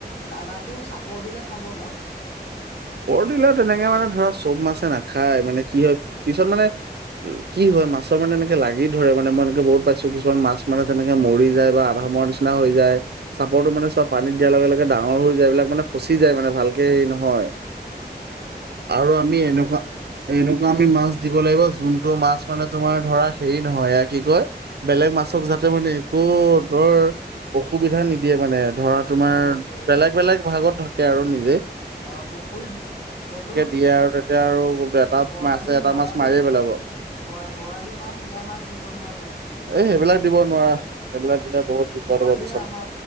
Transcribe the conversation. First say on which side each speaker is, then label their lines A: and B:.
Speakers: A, on the left (about 75°); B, on the right (about 70°).
A: দানাটো চাপৰ দিলে খাব ন।
B: চাপৰ দিলে তেনেকে মানে ধৰা চব মাছে নাখায় মানে কি হয় পিছত মানে কি হয় মাছৰ মানে এনেকে লাগি ধৰে মানে মই এনেকে বহুত পাইছো কিছুমান মাছ মানে তেনেকে মৰি যায় বা আধা সময়ৰ নিচিনা হৈ যায়। চাপৰটো মানে চব পানীত দিয়াৰ লগে লগে ডাঙৰ হৈ যায় এইবিলাক মানে ফচি যায় মানে ভালকে হেৰি নহয়।
A: অ
B: আৰু আমি এনেকুৱা এনেকুৱা আমি মাছ দিব লাগিব যোনটো মাছ মানে তোমাৰ ধৰা হেৰি নহয় এয়া কি কয় বেলেগ মাছক যাতে মানে একো কো ধৰ অসুবিধা নিদিয়ে মানে। ধৰা তোমাৰ
A: অ সেইটোৱে
B: বেলেগ বেলেগ ভাগত থাকে আৰু নিজেই।
A: অঁ বুক। শুইত এইটো
B: দিয়ে আৰু তেতিয়া আৰু এটা
A: বৰালি
B: মাছে এটা
A: বৰালি
B: মাছ মাৰিয়ে পেলাব
A: বৰা বৰালি মাছ সেয়া মাছ দিব নোৱাকেনো পুখুৰীত
B: এই
A: দেই।
B: সেইবিলাক দিব নোৱাৰা সেইবিলাক দিলে বহুত বিপদ
A: বৱালিয়ে
B: হ'ব পিছত
A: আমা